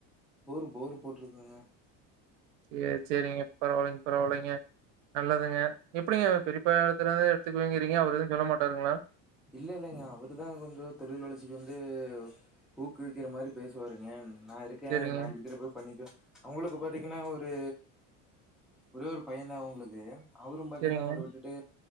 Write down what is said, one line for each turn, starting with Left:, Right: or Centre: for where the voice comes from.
Centre: போரு போரு போட்டுருக்கங்க
Right: சேர் செரிங்க பரவாயிலைங் பரவாயில்லைங்க நல்லதுங்க எப்டிங்க பெரிப்பா எடத்துல இருந்து எடு த்துக்குவங்கிறிங்க அவரு எதும் சொல்ல மாட்டாங்களா
Centre: இல்ல இல்லைங்க அவரு தான் கொஞ்சோம் தொழில் வளர்ச்சிக்கு வந்து ஊக்குவிக்கிற மாரி பேசுவாருங்க நான் இருக்கேன்
Right: சேரிங்க,
Centre: நான் இருக்கிறப்பே பண்ணிக்கோ அவங்களுக்கு பாத்தீங்கன்னா ஒரு ஒரே ஒரு பையதான் அவங்களுக்கு அவரும் பாத்தீங்கன்னா
Right: சேரிங்க,
Centre: அவரு விட்டுட்டு